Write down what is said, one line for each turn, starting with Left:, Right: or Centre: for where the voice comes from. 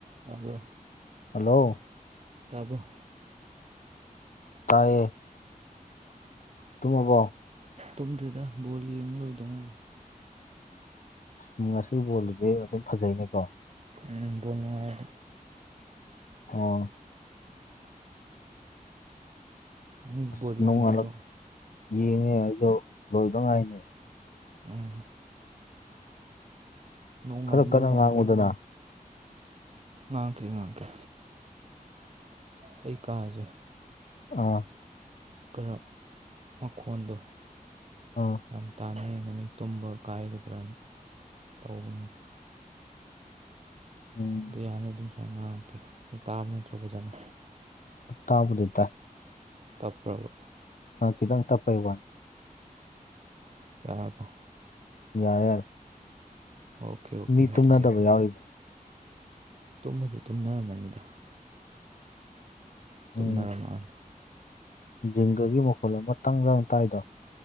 Right: ꯇ꯭ꯔꯣ
Left: ꯍꯜꯂꯣ
Right: ꯇꯥꯕ꯭ꯔꯣ
Left: ꯇꯥꯏꯌꯦ ꯇꯨꯡꯃꯕꯣ
Right: ꯇꯨꯝꯗ꯭ꯦꯗ ꯕꯣꯜ ꯌꯦꯡꯂ ꯂꯣꯏꯗꯉꯥꯏ
Left: ꯎꯝ ꯉꯁꯤ ꯕꯣꯜꯗꯨꯗꯤ ꯑꯗꯨꯝ ꯐꯖꯩꯅꯦꯀꯣ
Right: ꯎ ꯅꯨꯡꯥꯏ
Left: ꯑꯣ
Right: ꯅꯪꯒꯤ
Left: ꯑꯁ
Right: ꯕꯣꯜ ꯌꯦꯡꯕ
Left: ꯅꯣꯡ ꯑꯜꯂꯛ
Right: ꯅꯠꯇ꯭ꯔꯣ
Left: ꯌꯦꯡꯉꯦ ꯑꯩꯗꯣ ꯂꯣꯏꯗꯉꯥꯏꯅꯦ
Right: ꯎꯝ ꯅꯣꯡ
Left: ꯈꯔ
Right: ꯉꯥꯟꯗꯧꯔꯤ
Left: ꯀꯟꯅ ꯉꯥꯡꯉꯨꯗꯅ
Right: ꯉꯥꯡꯀꯦ ꯉꯥꯡꯀꯦ ꯑꯩ ꯀꯥꯁꯦ
Left: <unintelligible>
Right: ꯈꯔꯞ ꯃꯈꯣꯟꯗꯣ
Left: ꯑꯣ
Right: ꯌꯥꯝ ꯇꯥꯟꯅꯩ ꯍꯥꯏꯅ ꯃꯤ ꯇꯨꯝꯕ ꯀꯥꯏꯒꯗ꯭ꯔꯅ ꯇꯧꯕꯅꯤꯅ
Left: ꯎꯝ
Right: ꯑꯗꯨ ꯌꯥꯅꯤ ꯑꯗꯨꯝ ꯁꯨꯃꯥꯏꯅ ꯉꯥꯡꯉꯛꯀꯦ ꯍ ꯇꯥꯕ ꯅꯠꯇ꯭ꯔꯣ ꯐꯖꯅ
Left: ꯇꯥꯞ ꯗꯇ
Right: ꯇꯞ꯭ꯔꯕ
Left: ꯈꯤꯇꯪ ꯇꯞꯄꯩ ꯋꯥꯅꯤ
Right: ꯌꯥꯔꯕꯣ
Left: ꯌꯥꯔꯦ ꯌꯥꯔꯦ
Right: ꯑꯣꯀꯦ ꯑꯣꯀꯦ
Left: ꯃꯤ ꯇꯨꯝꯅꯗꯕ
Right: ꯑꯗꯨꯗꯤ
Left: ꯌꯥꯎꯔꯤꯕ
Right: ꯇꯨꯝꯃꯗꯤ ꯇꯨꯝꯅꯔꯝꯕꯅꯤꯗ
Left: ꯎꯝ
Right: ꯇꯨꯝꯅꯔ ꯃꯥꯥꯜꯂ
Left: ꯖꯤꯡꯒꯒꯤ ꯃꯈꯣꯜ ꯑꯃ ꯇꯪꯖꯥꯏ ꯇꯥꯏꯗꯣ